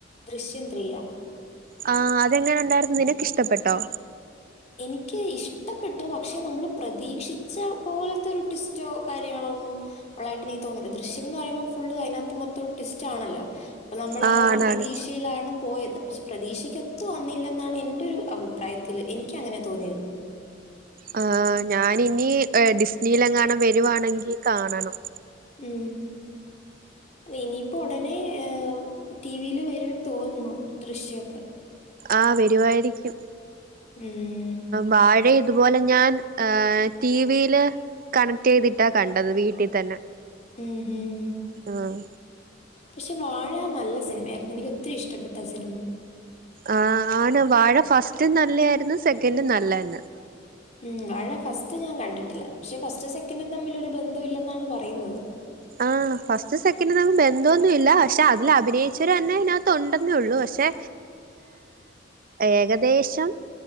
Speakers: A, on the left; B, on the right.
A: ദൃശ്യം ത്രീയ
B: ആ അതെങ്ങനെ ഉണ്ടായിരരുന്നുന്നത് നിനക്ക് ഇഷ്ടപ്പെട്ടോ
A: എനിക്ക് ഇഷ്ട ട്ടു പക്ഷെ നമ്മൾ പ്രതീക്ഷിച്ച പോലത്തെ ഒരു ട്വിസ്റ്റോ കാര്യങ്ങളോ ഒന്നും ഉള്ളതായിട്ട് എനിക്ക് തോന്ന ദൃശ്യം എന്ന് പറയ്പോ ഫുള് അതിനകത്ത് മൊത്തം ട്വിസ്റ്റ് ആണല്ലോ അപ്പോൾ നമ്മൾ
B: ആഹ്
A: ആ ഒരു
B: ആണാണ്
A: പ്രതീക്ഷയിലാണ് പോയത് പക്ഷെ പ്രതീക്ഷയ്ക്ക്ൊത്തു വന്നില്ലെന്നാണ് എൻന്റെ ഒരു അഭിപ്രായത്തില്ൽ എനിക്ക് അങ്ങനെ തോന്നിയത്
B: ആർ ഞാന ഇനി ഡിസ്നിയിലെങ്ങാനൻ വരുവാണെങ്കിൽ കാണണം
A: ഉ അ ഇനിയിപ്പോ ഉടനെ ടിവിൽ വരുംന്ന് തോന്നുന്നു ദൃശ്യൊക്കെ
B: ആ വരുവായിരിക്കും
A: ഉം.
B: വാഴ അതുപോലെ ഞാൻ ടിവിൽ കണക്ട് ചെയ്തിട്ടാ കണ്ടത് വീട്ടിൽ തന്നെ
A: ഉം ഹം
B: ആഹ്
A: പക്ഷെ വാഴ നല്ല സിനിമയായിരുന്നു എനിക്ക് ഒത്തിരി ഇഷ്ടപ്പെട്ട ആ സിനിമ
B: ആ ആണ് വാഴ ഫസ്റ്റ് നല്ലായിരുന്നു സെക്കൻഡും നല്ലന്നെ
A: ഉം വാഴ ഫസ്റ്റ് ഞാൻ കണ്ടിട്ടില്ല പക്ഷെ ഫസ്റ്റ് സെക്കൻഡും തമ്മിൽ ഒരു ബന്ധം ഇില്ലെന്നാണ് പറയുന്നത്
B: ആ ഫസ്റ്റ് സെക്കൻഡ് നമുക്ക് ബന്ധമൊന്നുമ ഇല്ല പക്ഷെ അതിൽ അഭിനയിച്ചവര് തന്നെ ഇതിനകത്ത് ഉണ്ടെന്നേ ഉള്ളൂ പെ പക്ഷെ ഏകദേശം